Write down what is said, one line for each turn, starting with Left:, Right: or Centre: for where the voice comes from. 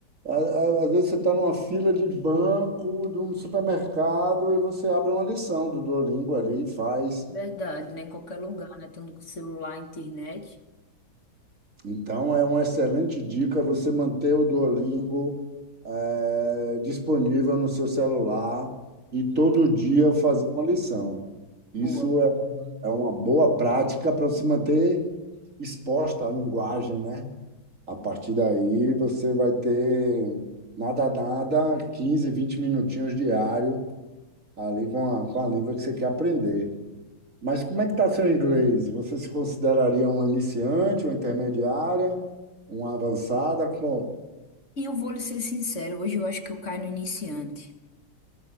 Right: a- a- às vezes você está numa fila de banco, de um supermercado, e você abre uma lição do Duolingo ali e faz.
Left: verdade, né? Em qualquer lugar, né? Tanto com celular, internet.
Right: Então é uma excelente dica você manter o Duolingo eh, disponível no seu celular e todo dia
Left: Boa.
Right: fazer uma lição. Isso
Left: Boa, boa,
Right: é
Left: boa.
Right: é uma boa prática para se manter exposta à linguagem, né? A partir daí você vai ter nada, nada, 15 20 minutinhos diário ali com a, com a língua que você quer aprender. Mas como é que está seu inglês? Você se consideraria uma iniciante, uma intermediária, uma avançada? Como-
Left: E eu vou lhe ser sincero, hoje eu acho que eu caio no iniciante.